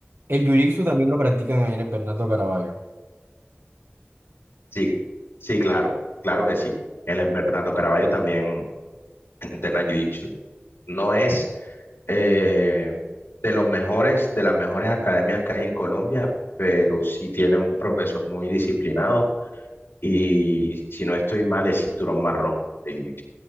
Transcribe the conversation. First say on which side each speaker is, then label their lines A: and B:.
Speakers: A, on the right (about 70°); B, on the left (about 70°).
A: El jiu-jitsu también lo practican allá en el Bernardo Caraballo.
B: Sí, sí, claro, claro que sí. En el Bernardo Caraballo también <clears throat> entrenan jiu-jitsu. No es eh, de los mejores, de las mejores academias que hay en Colombia, pero sí tienen un profesor muy disciplinado y si no estoy mal es cinturón marrón de jiu